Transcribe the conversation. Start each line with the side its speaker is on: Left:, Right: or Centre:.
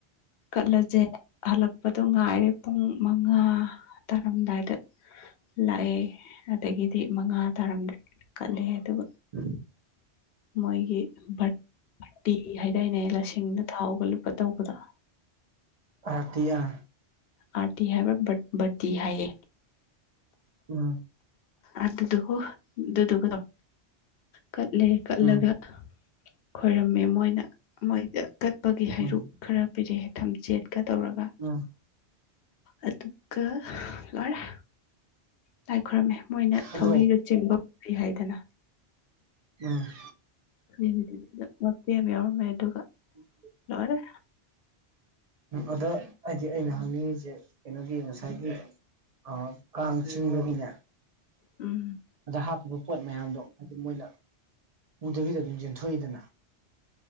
Left: ꯀꯠꯂꯖꯦꯅ ꯍꯜꯂꯛꯄꯗꯣ ꯉꯥꯏꯔꯦ ꯄꯨꯡ ꯃꯉꯥ꯫ ꯇꯥꯔꯝꯗꯥꯏꯗ ꯂꯥꯛꯑꯦ ꯑꯗꯒꯤꯗꯤ ꯃꯉꯥ ꯇꯥꯔꯝꯗꯥꯏꯗ ꯀꯠꯂꯦ ꯑꯗꯨꯒ
Right: ꯎꯝ
Left: ꯃꯣꯏꯒꯤ ꯕꯔꯇꯤ ꯍꯥꯏꯗꯥꯏꯅꯦ ꯂꯁꯤꯡꯗ ꯊꯥꯎꯒ ꯂꯨꯞꯄ ꯇꯧꯕꯗꯣ꯫
Right: ꯑꯥꯔꯇꯤ ꯑꯥꯔ꯫
Left: ꯑꯔꯇꯤ ꯍꯥꯏꯕ ꯔꯗꯤ ꯍꯥꯏ
Right: ꯎꯝ
Left: ꯑꯗꯨꯗꯨꯍꯣ ꯗꯨꯗꯨꯒ ꯗꯣ ꯀꯠꯂꯦ ꯀꯂꯒ
Right: ꯎꯝ
Left: ꯈꯣꯏꯔꯝꯃꯦ ꯃꯣꯏꯅ ꯃꯣꯏꯗ ꯀꯠꯄꯒꯤ ꯍꯩꯔꯨꯛ
Right: ꯎꯝ
Left: ꯈꯔ ꯄꯤꯔꯦ ꯊꯝꯆꯦꯠꯀ ꯇꯧꯔꯒ꯫
Right: ꯎꯝ
Left: ꯑꯗꯨꯒ ꯂꯣꯏꯔꯦ ꯂꯥꯏ ꯈꯨꯔꯝꯃꯦ ꯃꯣꯏꯅ
Right: ꯑꯗꯣ
Left: ꯊꯧꯔꯤꯒ ꯆꯤꯡꯕ ꯎꯏ ꯍꯥꯏꯗꯅ
Right: ꯎꯝ꯫
Left: ꯃꯦ ꯃꯥ ꯃꯇꯦꯛ ꯑꯃ ꯌꯥꯎꯔꯝꯃꯦ ꯑꯗꯨꯒ
Right: ꯎꯝ
Left: ꯂꯧꯔꯦ
Right: ꯑꯗ ꯍꯥꯏꯗꯤ ꯑꯩꯅ ꯍꯪꯅꯤꯡꯉꯤꯁꯦ ꯀꯩꯅꯣꯒꯤ ꯉꯁꯥꯏꯒꯤ ꯑ ꯀꯥꯡ ꯆꯤꯡꯕꯒꯤꯅꯦ꯫
Left: ꯎꯝ
Right: ꯑꯗ ꯍꯥꯞꯄꯤꯕ ꯄꯣꯠ ꯃꯌꯥꯝꯗꯣ ꯍꯥꯏꯗꯤ ꯃꯣꯏꯅ ꯎꯗꯕꯤꯗ ꯑꯗꯨꯝ ꯌꯦꯟꯊꯣꯛꯏꯗꯅ